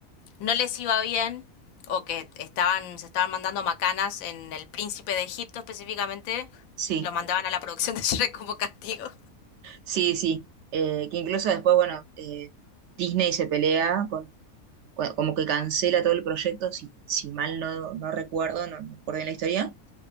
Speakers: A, on the left; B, on the right.
A: no les iba bien o que estaban, se estaban mandando macanas en el príncipe de Egipto específicamente,
B: Sí,
A: los mandaban a la producción de <laughs> Shrek como castigo.
B: sí, sí. Eh, que incluso después, bueno, eh, Disney se pelea con, con- como que cancela todo el proyecto, si, si mal no, no recuerdo, no, no recuerdo bien la historia,